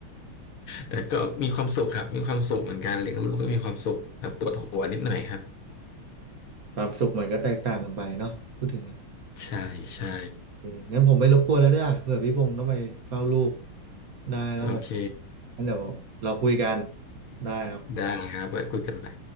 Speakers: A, on the left; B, on the right.
A: แต่ก็มีความสุขครับมีความสุขเหมือนกันเลี้ยงลูกก็มีความสุขครับปวดหัวนิดหน่อยครับ
B: ความสุขมันก็แตกต่างกันไปเนาะพูดถึงอ่ะ
A: ใช่ใช่
B: โอเคงั้นผมไม่รบกวนแล้วเด้อเผื่อพี่พงษ์ต้องไปเฝ้าลูกได้ครับผม
A: โอเค
B: งั้นเดี๋ยวเราคุยกันได้ครับ
A: ได้ครับไว้คุยกันใหม่